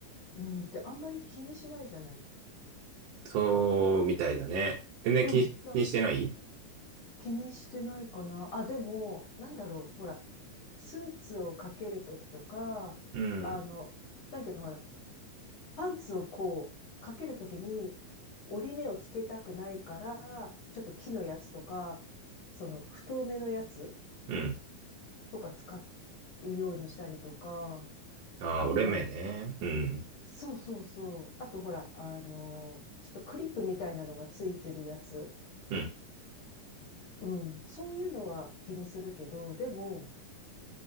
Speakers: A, on the left; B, on the right.
A: うんってあんまり気にしないじゃない。
B: そうみたいだね。全然気に、
A: うん。
B: 気にしてない
A: なん気にしてないかな。あ、でも、なんだろう。ほら、スーツをかけるときとか、
B: うん。
A: あの、なんていうの、ほら、パンツをこう、かけるときに、折り目をつけたくないから、ちょっと木のやつとか、その、太めのやつ
B: うん。
A: とか使うようにしたりとか、
B: ああ、
A: あと何
B: 折れ目ね。うん。
A: そうそうそう。あとほら、あの、ちょっとクリップみたいなのがついてるやつ。
B: うん。
A: うん。そういうのは気にするけど、でも、